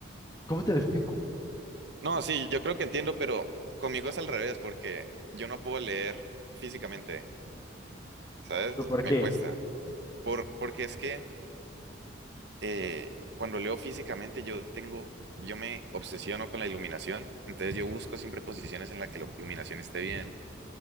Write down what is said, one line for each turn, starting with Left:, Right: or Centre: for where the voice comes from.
Left: ¿cómo te lo explico?
Right: no, sí, yo creo que entiendo, pero conmigo es al revés, porque yo no puedo leer físicamente, ¿sabes?
Left: ¿Pero por
Right: Me
Left: qué?
Right: cuesta. Por, porque es que eh, cuando leo físicamente, yo tengo, yo me obsesiono con la iluminación, entonces yo busco siempre posiciones en las que la iluminación esté bien.